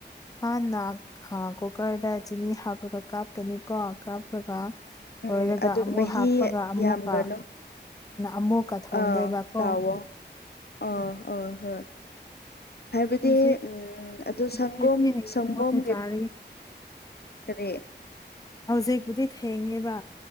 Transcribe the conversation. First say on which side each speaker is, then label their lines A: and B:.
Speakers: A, on the left; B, on the left.
A: ꯍꯥꯟꯅ ꯀꯨꯀꯔꯗ ꯆꯤꯅꯤ ꯍꯥꯞꯄꯒ ꯀꯥꯞꯀꯅꯤꯀꯣꯞ ꯍꯥꯞꯄꯒ
B: ꯎꯝ
A: ꯇꯣꯏꯔꯒ
B: ꯑꯗꯨ
A: ꯑꯃꯨꯛ
B: ꯃꯍꯤ
A: ꯍꯥꯞꯄꯒ ꯑꯃꯨꯛꯀ
B: ꯌꯥꯝꯒꯅꯨ
A: ꯑꯃꯨꯛꯀ ꯊꯣꯡꯗꯣꯏꯕꯀꯣ
B: ꯑꯥ ꯇꯗꯥꯑꯣꯣ ꯑꯥ ꯑ ꯍꯣꯏ ꯍꯥꯏꯕꯗꯤ
A: ꯍꯧꯖꯤꯛ
B: ꯎꯝ ꯑꯗꯨ ꯁꯪꯒꯣꯝ
A: ꯀꯗꯤ ꯍꯥꯏꯌ
B: ꯁꯪꯒꯣꯝꯒꯤ
A: ꯑꯣ ꯅꯖꯥꯔꯒꯦ
B: ꯀꯔꯤ
A: ꯍꯧꯖꯤꯛꯄꯨꯗꯤ ꯊꯦꯡꯉꯦꯕ